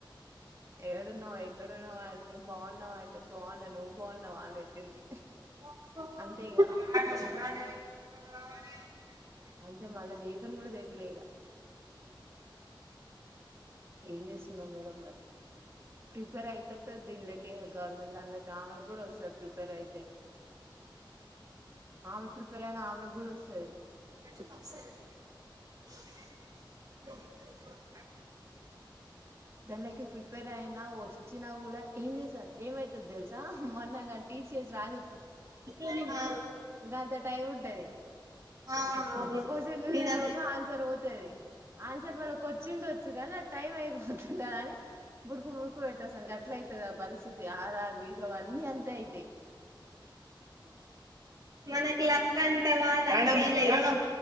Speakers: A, on the right; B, on the right.
A: ఎక్కడున్నావు ఎక్కడున్నావా అంటే బాగున్నావు అంటే బాగున్నావు నువ్వు బాగున్నావు అని పెట్టింది
B: అడు
A: అంతే ఇగ అంతే మళ్ళా దేకను కూడా దేకులే ఇక ఏం చేస్తున్నాం మేడం మరి ప్రిపేర్ అయితు దీనిలోకే గవర్నమెంట్ దానిలో ఆమెకి కూడా వస్తాది ప్రిపేర్ అయితే ఆమె ప్రిపేర్ అయిన ఆమె కూడా వస్తాది
B: సర
A: దానిలకి ప్రిపేర్ అయినా వచ్చినా కూడా ఏం చేసారు ఏమైతుది తెల్సా మొన్నగా టి సిఎస్ రా
B: ఆ ఆ
A: ఇంకా అంత టైం ఉంటది
B: ఆ ఆ అవును
A: క్వశ్చన్ చూసి
B: నిజమే
A: లోప ఆన్సర్ పోతుది ఆన్సర్ మనకి వచ్చిండచ్చు కానీ అ టైం అయిపోతుంటా అని బుడుకు బుడుకు పెట్టొస్త గట్ల అయితదా పరిస్థితి ఆరు ఆరు బీ అన్ని అంత అయితయి <inaudible>
B: మనకి లక్క అంటవా లేని లేదు